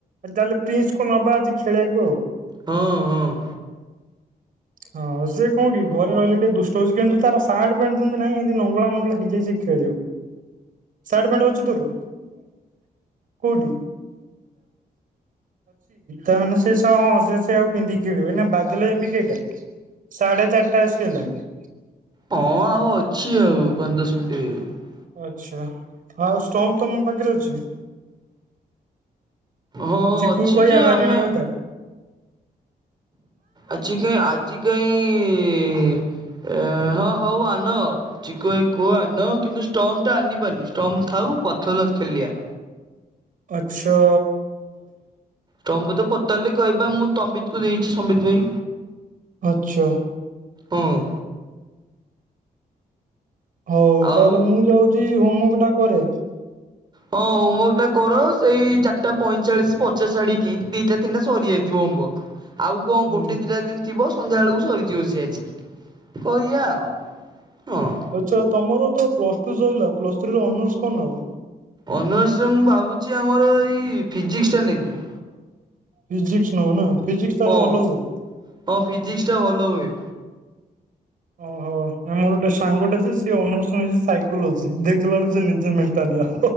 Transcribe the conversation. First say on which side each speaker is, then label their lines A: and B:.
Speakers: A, on the right; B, on the right.
A: ତାହେଲେ ପ୍ରିନ୍ସ କୁ ନବା ଆଜି ଖେଳିବାକୁ ଆଉ।
B: ହଁ ହଁ।
A: ହଁ ସେ କଣ କି ଘରେ ରହିଲେ ଟିକେ ଦୁଷ୍ଟ ହଉଛି କିନ୍ତୁ ସାର୍ଟ ପେଣ୍ଟ ଯେମିତି ନାହି ନଙ୍ଗଳା ମଙ୍ଗଳା ହେଇଯାଇଛି ସେ ଖେଳିବ ସାର୍ଟ ପ୍ୟାଂଟ ଅଛି ତୋର କୋଉଠି ତାମାନେ ସେ ହଁ ସେୟାକୁ ପିନ୍ଧିକି ଖେଳିବ ନା ବାଦଲ ଏମିତି କେଇଟା ସାଢେ ଚାରିଟା ଆସିଗଲାଣି।
B: ହଁ ଆଉ ଅଛି। ଅଛି ଆଉ ପାଞ୍ଚ ଦଶ ମିିନିଟ ।
A: ଆଚ୍ଛା ଆଉ ଷ୍ଟୋମ୍ ତମ ପାଖରେ ଅଛି।
B: ହଁ
A: ଚିକୁକୁ
B: ଅଛି
A: କହିବା
B: ଯେ
A: ବ୍ୟାଟ
B: ଆମେ
A: ଆଣିବା କଥା।
B: ଆଜି କାଇଁ ଆଜି କାଇଁ ଏ ହଁ ହଉ ଆଣ ଚିକୁଭାଇ କୁ କୁହ ଆଣ କିନ୍ତୁ ଷ୍ଟମ୍ପ ଟା ଆଣିବନି ଷ୍ଟମ୍ପ ଥାଉ ପଛରେ ଖେଳିବା।
A: ଆଛା।
B: ଷ୍ଟମ୍ପ ତ ପଚାରିଲେ କହିବା ମୁଁ ସମ୍ବିତ କୁ ଦେଇଛି ସମ୍ବିତ ଭାଇ
A: ଆଚ୍ଛା
B: ହୁଁ।
A: ହଉ
B: ଆଉ
A: ତାହେଲେ ମୁଁ ଯାଉଛି ହୋମୱାର୍କ ଟା କରେ।
B: ହଁ ହୋମୱାର୍କ ଟା କର ସେଇ ଚାରିଟା ପଇଁଚାଳିଶ ପଚାଶ ଆଡିକି ଦିଟା ତିନିଟା ସରିଯାଇଥିବ ହୋମାୱାର୍କ। ଆଉ କଣ
A: ହୁଁ
B: ଗୋଟେ ଦିଟା ଦିନ ଥିବ। ସନ୍ଧ୍ୟା ବେଳକୁ ସରିଯିବ ସିଏ ଆଜି। କହିବା ଆଉ ହଁ।
A: ଆଛା ତମର ତ ପ୍ଲସ ଟୁ ସରିଲା ପ୍ଲସ୍ ଥ୍ରୀରେ ଅନର୍ସ କଣ ନେବ?
B: ଅନର୍ସ ମୁଁ ଭାବୁଛି ଆମର ଏଇ ଫିଜିକ୍ସ ଟା ନେବି।
A: ଫିଜିକ୍ସ ନହ ନା ଫିଜିକ୍ସ ତାହେଲେ
B: ହଁ।
A: ଭଲ ହୁଏ।
B: ହଁ ଫିଜିକ୍ସ ଟା ଭଲ ହୁଏ
A: ଓହୋ ମୋର ଗୋଟେ ସାଙ୍ଗଟା ଯେ ଅନର୍ସ ସାଇକୋଲୋଜି ଦେଖିଲା ବେଳକୁ ସେ ନିଜେ ମେଣ୍ଟାଲିଆ।